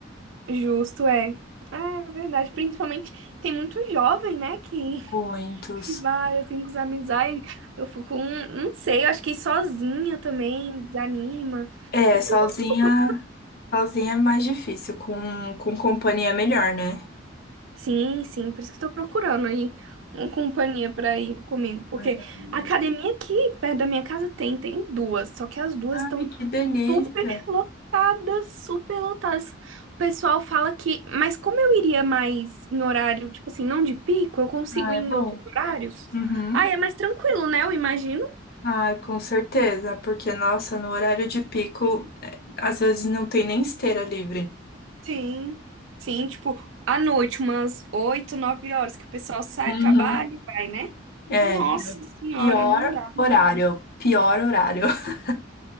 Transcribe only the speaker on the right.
Justo, é. É é verdade. Principalmente tem muito jovem, né? Que
<laughs> que vai assim com os amigos. Ai, eu fico, hum, não sei, eu acho que ir sozinha também desanima.
Eu fico,
com-
sim, sim, por isso que eu tô procurando aí uma companhia pra ir comigo. Porque
a academia aqui perto da minha casa tem, tem duas. Só que as duas
estão
Super lotadas, super lotadas. O pessoal fala que, mas como eu iria mais em horário, tipo assim, não de pico, eu consigo
ir
em
outros horários?
Aí é mais tranquilo, né? Eu imagino.
Sim, sim, tipo, à noite, umas 8 9 horas que o pessoal sai,
trabalha e vai, né?
Nossa senhora,
não dá.